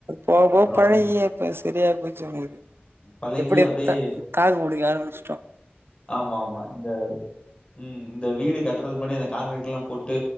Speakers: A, on the right; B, on the left.
A: போக
B: அப்றோ
A: போக பழகி இப்ப சரியா போய்ச்சு இவுங்ளுக்கு
B: பழகி
A: எப்டி
B: அப்படியே
A: தா தாக்கு புடிக்க ஆரம்பிச்சுடோ
B: ஆமா ஆமா இந்த ம் இந்த வீடு கட்டுறதுக்கு முன்னாேடி அந்த கான்கிரீட்ல்லா போட்டு